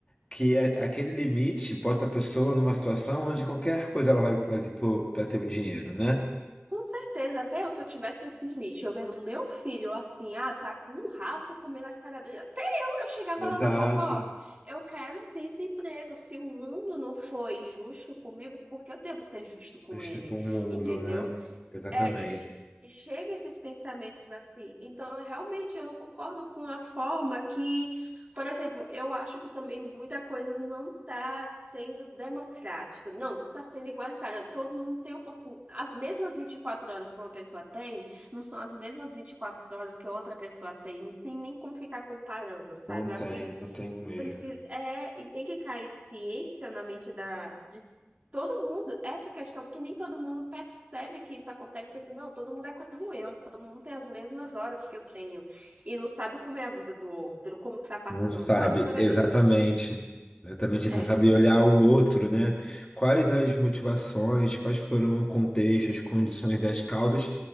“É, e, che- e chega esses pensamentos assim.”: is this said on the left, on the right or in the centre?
Right